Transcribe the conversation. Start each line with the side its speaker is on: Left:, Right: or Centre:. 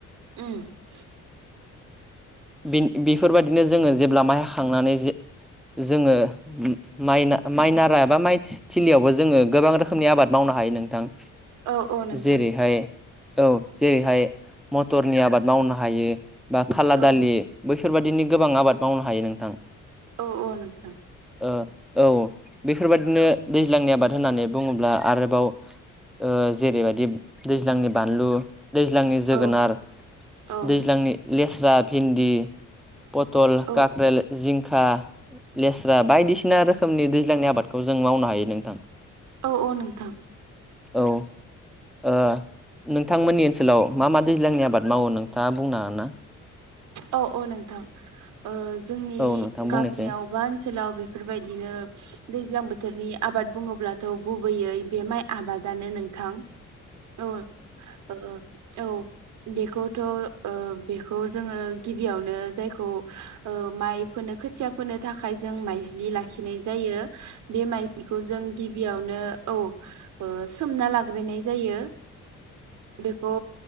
Right: उम <inaudible>
Centre: बिन बेफोरबायदिनो जोङो जेब्ला माइ हाखांनानै जे जोङो माइना माइनारा एबा माइ थि थिलियावबो जोङो गोबां रोखोमनि आबाद मावनानैांगौ हायो नोंथां।
Right: औ औ नोंथां।
Centre: जेरैहाय औ जेरैहाय मथरनि आबाद मावनो हायो बा खाला
Right: औ
Centre: दालि बै बेफोरबायदिनो गोबां आबाद मावनो हायो नोंथां
Right: औ औ नोंथां
Centre: ओ औ बेफोरबायदिनो दैज्लांनि आबाद होननानै बुङोब्ला आरोबाव ओ जेरैबायदि दैज्लांनि बानलु दैज्लांनि जोगोनार
Right: औ औ
Centre: दैज्लांनि लेस्रा, भिन्दि, पथल
Right: औ
Centre: काक्रेल जिं खा लेस्रा बायदिसिना रोखोमनि दैज्लांनि आबादखौ जों मावनो हायो नोंथां
Right: औ औ नोंथां
Centre: औ ओ नोंथांमोननि ओनसोलाव मा मा दैज्लांनि आबाद मावो नोंथाङा बुंनो हागोन ना
Right: औ औ नोंथां ओ जोंनि
Centre: औ नोंथां बुंनायसाय
Right: गामियाव बा ओनसोलाव बेफोरबायदिनो दैज्लां बोथोरनि आबाद बुङोब्ला थ' गुबैयै बे माइ आबादानो नोंथां औ औ ओ बेखौथ'ओ बेखौ जोङो गिबियावनो जायखौ माइ फोनो खोथिया फोनो थाखाय जों माइज्लि लाखि नाय जायो बे माइज्लिखौ जों गिबियावनो औ ओ सोमना लाग्रोननाय जायो बेखौ